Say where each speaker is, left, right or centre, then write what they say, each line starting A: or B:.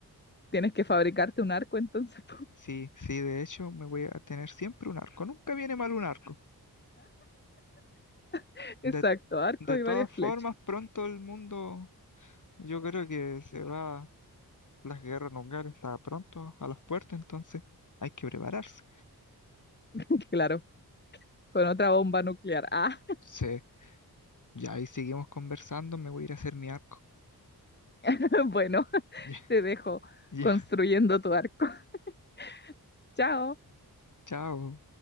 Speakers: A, on the left; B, on the left.
A: Tienes que fabricarte un arco entonces. po.
B: Sí, sí, de hecho me voy a tener siempre un arco. Nunca viene mal un arco.
A: <laughs>
B: De,
A: exacto, arco
B: de
A: y
B: todas
A: varias
B: formas,
A: flechas.
B: pronto el mundo, yo creo que se va, las guerras nucleares está pronto a las puertas, entonces hay que prepararse.
A: <laughs> Claro. con otra bomba nuclear. Ah,
B: Sí, ya ahí seguimos conversando, me voy a ir a hacer mi arco.
A: <laughs> bueno,
B: <laughs> Ya,
A: te dejo
B: ya,
A: construyendo tu arco. <laughs> Chao.
B: chao.